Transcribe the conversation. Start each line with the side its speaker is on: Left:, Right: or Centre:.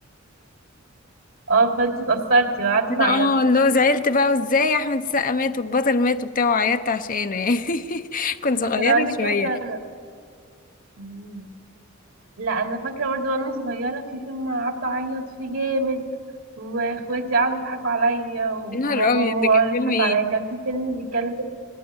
Right: اه فانت اتأثرتي وقعدتي
Left: انا
Right: تعيطي
Left: اه اللي هو زعلت بقى وازاي احمد السقا مات والبطل مات وبتاع وعيطت عشانه يعني <laughs> كنت صغيرة
Right: كان عندك
Left: شوية
Right: كام سنة مم. لا انا فاكرة برضو وانا صغيرة في فيلم قعدت اعيط فيه جامد واخواتي قعدوا يضحكوا عليا وبابا
Left: يا نهار ابيض
Right: وماما
Left: ده
Right: قعدوا
Left: كان
Right: يضحكوا
Left: فيلم ايه
Right: عليا كان في فيلم بيتكلم